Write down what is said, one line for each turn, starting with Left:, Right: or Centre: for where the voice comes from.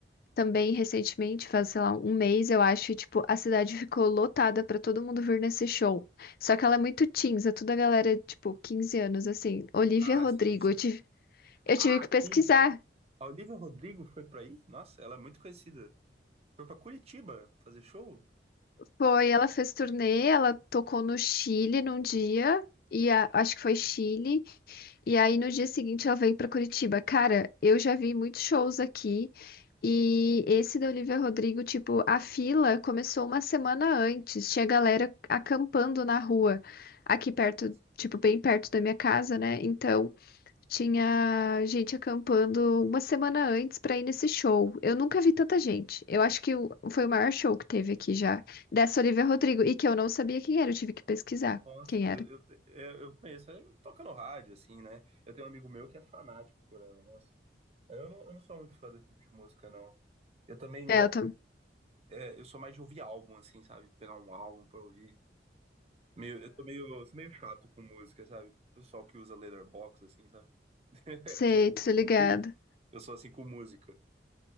Left: também recentemente, faz, sei lá, um mês, eu acho, e, tipo, a cidade ficou lotada pra todo mundo vir nesse show. Só que ela é muito teens, é toda a galera, tipo, 15 anos, assim. Olivia
Right: Ah,
Left: Rodrigo,
Right: sim, sim.
Left: eu tive, eu
Right: Ah,
Left: tive que pesquisar.
Right: sim, ela... a Olivia Rodrigo foi pra aí? Nossa, ela é muito conhecida. Foi pra Curitiba fazer show?
Left: Foi, ela fez turnê, ela tocou no Chile num dia, e a- acho que foi Chile. E aí no dia seguinte ela veio pra Curitiba. Cara, eu já vi muitos shows aqui e esse da Olivia Rodrigo, tipo, a fila começou uma semana antes. Tinha galera acampando na rua aqui perto,
Right: Nossa,
Left: tipo, bem perto da minha casa, né? Então, tinha gente acampando uma semana antes pra ir nesse show. Eu nunca vi tanta gente. Eu acho que o- foi o maior show que teve aqui já dessa Olivia Rodrigo e que eu não sabia quem era, eu tive que pesquisar
Right: nossa,
Left: quem
Right: eu,
Left: era.
Right: eu, eu eu conheço, eu toca no rádio, assim, né? Eu tenho um amigo meu que é fanático por ela, nossa. Eu não, eu não sou muito fã desse tipo de música, não. Eu também
Left: É, eu também.
Right: É, eu sou mais de ouvir álbum, assim, sabe? Pegar um álbum pra ouvir. Meio, eu sou meio, eu sou meio chato com música, sabe? O pessoal que usa Letterboxd, assim, sabe? É,
Left: Sei,
Right: tipo,
Left: tô
Right: com
Left: ligada.
Right: filme. Eu sou assim com música.